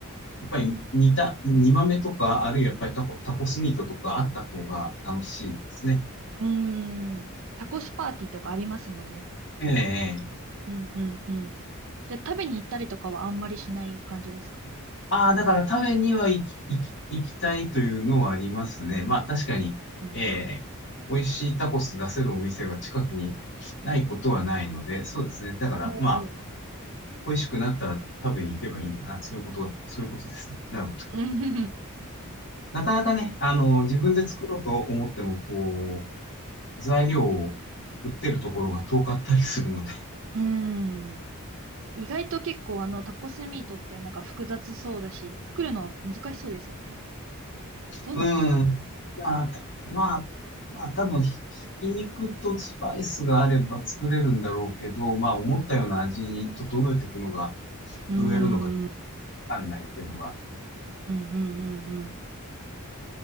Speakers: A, on the left; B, on the right.
A: やっぱり煮た、煮豆とか、あるいはやっぱりタコ、タコスミートとかあった方が楽しいですね。
B: うーん。タコスパーティーとかありますもんね。結構。
A: ええ
B: うんうんうん。じゃあ食べに行ったりとかはあんまりしない感じですか
A: ああ、だから食べには行き、行き、行きたいというのはありますね。まあ確かに、
B: うんうん。
A: えー、美味しいタコス出せるお店が近くにないことはないので、そうですね。だからまあ、
B: おー
A: 恋しくなったら食べに行けばいいんだな。そういうことが、そういうことですね。なるほど。
B: うんうん
A: なかなかね、あの、自分で作ろうと思っても、こう、材料を売ってるところが遠かったりするので
B: うん。うーん。意外と結構あのタコスミートってなんか複雑そうだし、作るの難しそうですよね。どうなんですかね。
A: うん。まあ、まあ、まあ、多分ひ、ひき肉とスパイスがあれば作れるんだろうけど、まあ、思ったような味に整えていくのが、
B: うーん。
A: どうやるのか
B: うん
A: わかんないっていうのが。
B: うんうんうん。